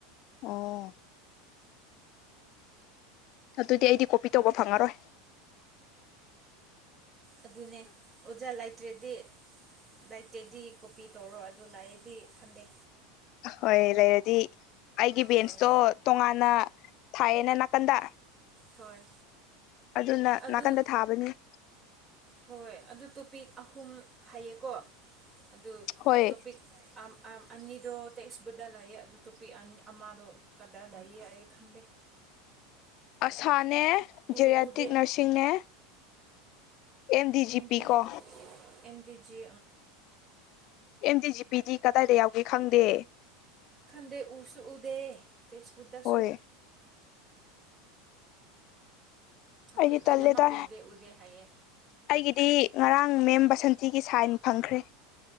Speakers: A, on the left (about 55°); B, on the right (about 20°).
A: ꯑꯣ ꯑꯗꯨꯗꯤ ꯑꯩꯗꯤ ꯀꯣꯄꯤ ꯇꯧꯕ ꯐꯪꯉꯔꯣꯏ
B: ꯑꯗꯨꯅꯦ ꯑꯣꯖꯥ ꯂꯩꯇ꯭ꯔꯗꯤ ꯂꯩꯇꯦꯗꯤ ꯀꯣꯄꯤ ꯇꯧꯔꯣ ꯑꯗꯨ ꯂꯥꯛꯑꯦꯗꯤ ꯈꯟꯗꯦ
A: ꯍꯣꯏ ꯂꯩꯔꯗꯤ ꯑꯩꯒꯤ ꯕꯦꯟꯁꯇꯣ
B: ꯍꯣꯏ
A: ꯇꯣꯉꯥꯟꯅ ꯊꯥꯏꯌꯦꯅ ꯅꯥꯀꯟꯗ
B: ꯍꯣꯏ
A: ꯑꯗꯨꯅ
B: ꯑꯗꯨ
A: ꯅꯥꯀꯟꯗ ꯊꯥꯕꯅꯤ
B: ꯍꯣꯏ ꯑꯗꯨ ꯇꯣꯄꯤꯛ ꯑꯍꯨꯝ ꯍꯥꯏꯌꯦꯀꯣ ꯑꯗꯨ
A: ꯍꯣꯏ
B: ꯇꯣꯄꯤꯛ ꯑ ꯑ ꯑꯅꯤꯗ ꯇꯦ ꯏꯁꯄꯗꯥ ꯂꯥꯏꯑ ꯑꯗꯨ ꯇꯨꯄꯤꯗ ꯀꯗꯥ ꯂꯥꯏꯑꯦ ꯈꯟꯗ
A: <inaudible> ꯑꯁꯥꯅꯦ
B: ꯎ
A: ꯖꯦꯔꯌꯥꯇꯤꯛ
B: ꯎꯗꯦ
A: ꯅꯔꯁꯤꯡꯅꯦ M D
B: MD
A: G P ꯀꯣ
B: ꯑꯦꯝꯗꯤꯖꯤ
A: ꯑꯦꯝ ꯗꯤ ꯖꯤ ꯄꯤꯗꯤ ꯀꯗꯥꯏꯗ ꯌꯥꯎꯒꯦ ꯈꯪꯗꯦ
B: ꯈꯟꯗꯦ ꯎꯁꯨ ꯎꯗꯦ ꯇꯦꯛꯁꯄꯨꯠꯗꯁꯨ
A: ꯍꯣꯏ
B: ꯑꯩꯈꯣꯏ
A: ꯑꯩꯗꯤ
B: ꯂꯣꯏꯅꯃꯛ
A: ꯇꯜꯂꯦꯗ
B: ꯎꯗꯦ ꯎꯗꯦ ꯍꯥꯏꯌꯦ
A: ꯑꯩꯒꯤꯗꯤ ꯉꯔꯥꯡ ꯃꯦꯝ ꯕꯁꯟꯇꯤꯒꯤ ꯁꯥꯏꯟ ꯐꯪꯈ꯭ꯔꯦ